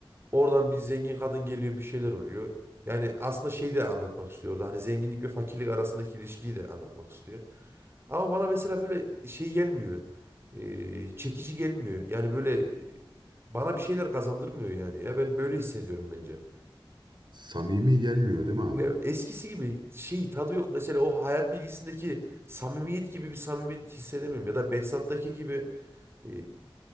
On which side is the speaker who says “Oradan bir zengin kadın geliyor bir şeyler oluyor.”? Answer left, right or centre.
Right